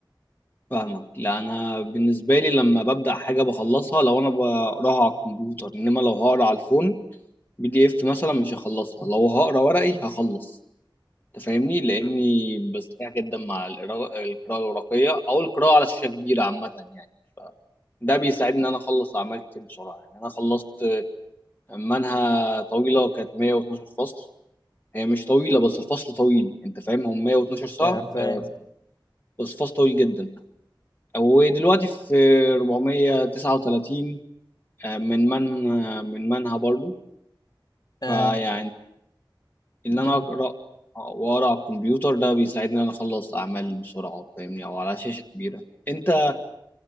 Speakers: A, on the left; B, on the left.
A: فاهمك لا انا بالنسبه لي لما ببدا حاجه بخلصها لو انا بقراها على الكمبيوتر انما لو هقرا على الفون بي دي اف مثلا مش هخلصها لو هقرا ورقي هخلص انت فاهمني لاني بستمتع جدا مع القرا- القراءه الورقيه او القراءه على شاشه كبيره عامه يعني ف- ده بيساعدني ان انا اخلص اعمال كتير بسرعه يعني انا خلصت منها طويلة كانت 112 فصل هي مش طويلة بس الفصل طويل انت فاهم هم 112 ساعة
B: آه، فاهم
A: آه، بس فصل طويل جدا ودلوقتي في 439 آه، من من آه، من منها برضو
B: آه،
A: فيعني ان
B: انت
A: انا اقرا واقرا على الكمبيوتر ده بيساعدني ان انا اخلص اعمال بسرعة فاهمني او على شاشة كبيرة انت